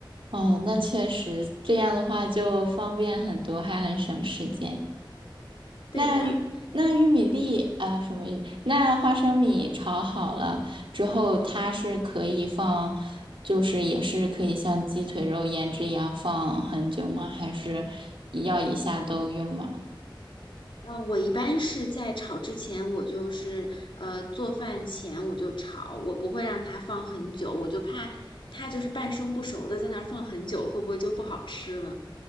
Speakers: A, on the right (about 85°); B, on the left (about 70°).
A: 哦，那确实，这样的话就方便很多，还很省时间。
B: 对的，
A: 那玉那玉米粒啊，什么玉？那花生米炒好了之后，它是可以放，就是也是可以像鸡腿肉腌制一样放很久吗？还是要一下都用完？
B: 嗯，我一般是在炒之前，我就是呃做饭前我就炒，我不会让它放很久，我就怕它就是半生不熟的在那儿放很久，会不会就不好吃了？